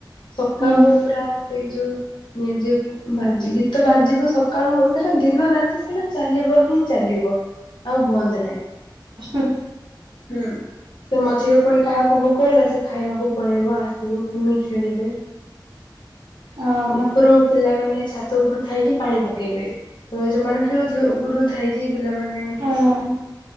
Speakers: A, on the left (about 70°); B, on the right (about 75°).
A: ସକାଳୁ
B: ହୁଁ
A: ପୁରା ସେଇ ଯୋଉ ମ୍ୟୁଜିକ ବାଜି ଗୀତ ବାଜିବ ସକାଳୁ ସେଇଟା ଦିନ ରାତି ସେଇଟା ଚାଲିବ ହିଁ ଚାଲିବ। ଆଉ ବନ୍ଦ ନାଇଁ।
B: ହଁ।
A: ହୁଁ ତ ମଝିରେ ପୁଣି କାହାକୁ ଭୋକ ହେଲା ସେ ଖାଇବାକୁ ପଳେଇବ ଆସିବ ପୁଣି ଖେଳିବେ
B: ଓହୋ
A: ଉପରୁ ପିଲାମାନେ ଛାତ ଉପରୁ ଥାଇକି ପାଣି ପକେଇବେ। ତ ଯୋଉମାନେ ଖେଳୁଥିବେ ଉପରୁ ଥାଇକି ପିଲାମାନେ
B: ହଁ